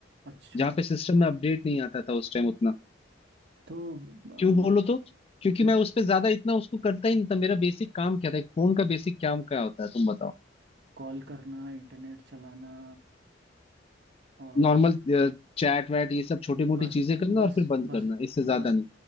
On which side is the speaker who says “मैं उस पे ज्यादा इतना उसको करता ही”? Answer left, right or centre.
Left